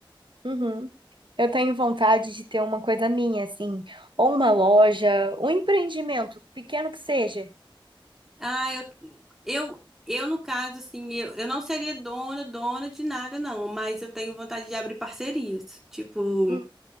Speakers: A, on the right; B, in the centre.
A: Uhum. Eu tenho vontade de ter uma coisa minha, assim, ou uma loja, um empreendimento, pequeno que seja.
B: Ah, eu, eu, eu no caso, assim, eu, eu não seria dona, dona de nada, não, mas eu tenho vontade de abrir parcerias. Tipo,
A: Hum,